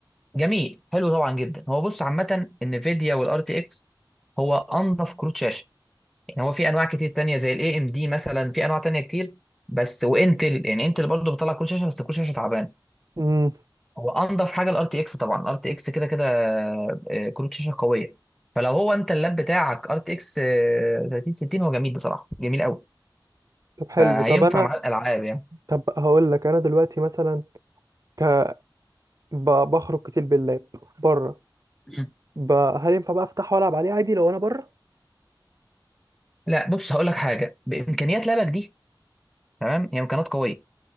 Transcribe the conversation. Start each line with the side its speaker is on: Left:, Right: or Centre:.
Centre: جميل حلو طبعا جدا هو بص عامه النفيديا والار تي اكس هو انظف كروت شاشه يعني هو في انواع كتير تانية زي الاي ام دي مثلا في انواع تانية كتير بس وانتل يعني انتل برضه بتطلع كروت شاشه بس كروت شاشه تعبان
Right: امم
Centre: هو انضف حاجه الار تي اكس طبعا الار تي اكس كده كده آه، كروت شاشه قويه فلو هو انت اللاب بتاعك ار تي اكس 3060 هو جميل بصراحه جميل قوي
Right: طب حلو
Centre: فهينفع
Right: طب انا
Centre: مع الالعاب يعني
Right: طب هقول لك انا دلوقتي مثلا ك... ب... بخرج كتير باللاب بره
Centre: مم.
Right: ب... هل ينفع بقى افتحه والعب عليه عادي لو انا بره
Centre: لا بص هقول لك حاجه بامكانيات لابك دي تمام هي امكانيات قويه